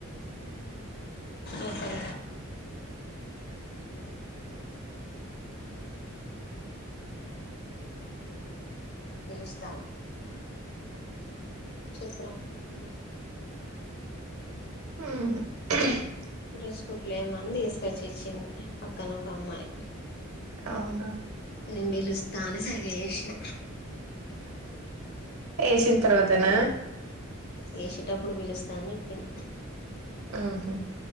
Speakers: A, on the left; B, on the right.
A: ఒక్క నిమిషం వెళ్ళొస్తా చెప్పు రా ఇంకా
B: ఉ
A: డ్రెస్ కుట్లే ఏమందిసు తేచ్చి ఇచ్చింది పక్కన ఒక అమ్మాయి
B: అవునా
A: నీను పిలుస్తా అనీ సైగచేసిన
B: వేసిన తర్వాతనా
A: వేసేటప్పుడు పిలుస్తా అని చెప్పిన
B: ఆహా